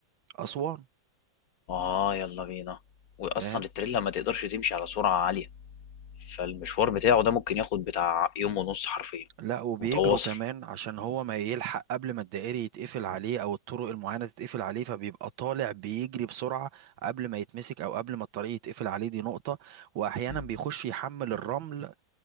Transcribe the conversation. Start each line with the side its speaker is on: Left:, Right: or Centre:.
Right: اسوان
Left: اه يلا بينا واصلا
Right: فاهم؟
Left: التريلا ما تقدرش تمشي على سرعه عاليه فالمشوار بتاعه ده ممكن ياخد بتاع يوم ونص حرفيا
Right: لا وبيجروا
Left: متواصل
Right: كمان عشان هو ما يلحق قبل ما الدائري يتقفل عليه او الطرق المعينة تتقفل عليه فبيبقى طالع بيجري بسرعة قبل ما يتمسك او قبل ما الطريق يتقفل عليه دي نقطة واحيانا
Left: مم.
Right: بيخش يحمل الرمل